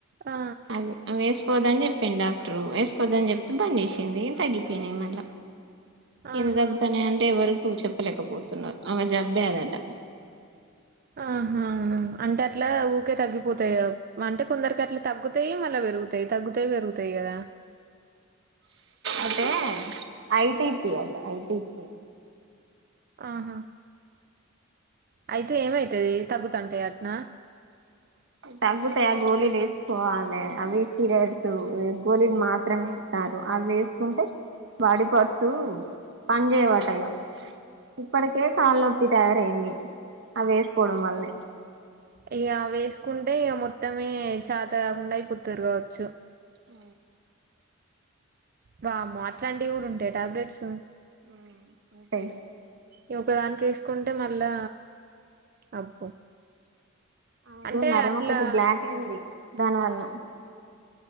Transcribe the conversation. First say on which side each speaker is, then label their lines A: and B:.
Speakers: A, on the right (about 45°); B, on the right (about 60°).
A: ఆ
B: అవి వేసు కోద్దని చెప్పిండు డాక్టర్ వేసుకోద్దని చెప్తే బంద్ చేసింది తగ్గిపోయినయి మళ్ళ.
A: ఆహా
B: ఎందుకు తగ్గుతాన్నాయి అంటే ఎవరకు చెప్పలేకపోతున్నారు, ఆమె జబ్బే అదంట.
A: ఆహ అంటే అట్లా ఊకే తగ్గిపోతాయి. అంటే కొందరికి అట్లా తగ్గుతాయి మళ్ళ పె పెరుగుతాయి, తగ్గుతయి పెరుగుతయి కదా.
B: అదే ఐటిపి అట ఐటిపి
A: ఆహా అయితే ఏమైతది తగ్గుతాంటయి అట్నా
B: తగ్గుతాయా గోళిలు వేసుకోవాలె. అవి పీరియడ్స్ గోళిలు మాత్రమే ఇస్త కాదు అవి వేసుకుంటే బాడీ పార్ట్స్ పని చేయవట ఇగ. ఇప్పటికే కాళ్ళ నొప్పి తయారయింది. ఆ వేసుకోవడం వల్లనే.
A: ఇగ అవి వేసుకుంటే ఇగ మొత్తమే చాత కాకుండా అయి పొత్తూరు కావచ్చు.
B: ఆ
A: వామ్మో అట్లాంటివి కూడా ఉంటాయ టాబ్లెట్స్?
B: మ్ ఉంటయ్.
A: ఇ ఒకదానికి వేసుకుంటే మళ్ళా అబ్బో
B: ఆమెకు
A: అంటే
B: నరం
A: అట్లా
B: ఒకటి బ్లాక్ అయింది దాని వల్ల